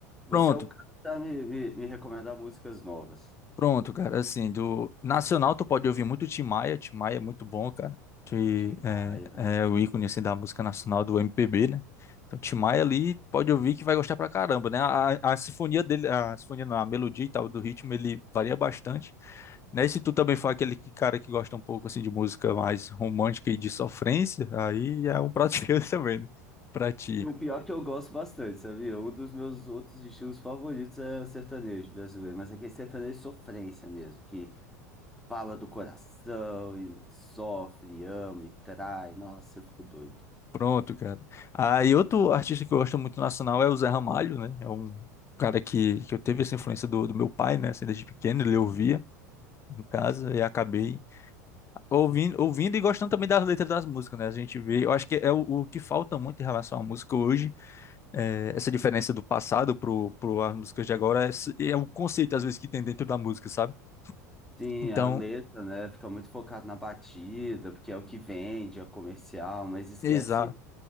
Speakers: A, in the centre; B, on the left.
A: você
B: pronto,
A: é o cara pra me, me, me recomendar músicas novas.
B: Pronto, cara, assim, do nacional tu pode ouvir muito Tim Maia, Tim Maia é muito bom, cara, que
A: Tim Maia.
B: é, é o ícone, assim, da música nacional do MPB, né? Então Tim Maia ali pode ouvir que vai gostar pra caramba, né? A, a sinfonia dele, a sinfonia não, a melodia e tal do ritmo, ele varia bastante, né? E se tu também for aquele que- cara que gosta um pouco, assim, de música mais romântica e de sofrência, aí é um prato cheio <laughs> também, né? Pra ti.
A: O pior é que eu gosto bastante, sabia? Um dos meus outros estilos favoritos é sertanejo brasileiro, mas aquele sertanejo é sofrência mesmo, que fala do coração e sofre, ama e trai. Nossa, eu fico doido.
B: Pronto, cara. Ah, e outro artista que eu gosto muito nacional é o Zé Ramalho, né? É um cara que, que eu teve essa influência do, do meu pai, né? Assim, desde pequeno, ele ouvia em casa e acabei ouvindo, ouvindo e gostando também das letras das músicas, né? A gente vê, eu acho que é o, o que falta muito em relação à música hoje, é, essa diferença do passado pro, pro as músicas de agora, é, s- é o conceito, às vezes, que tem dentro da música, sabe?
A: Sim,
B: Então,
A: a letra, né? Fica muito focado na batida, porque é o que vende, é comercial, mas esquece
B: exato.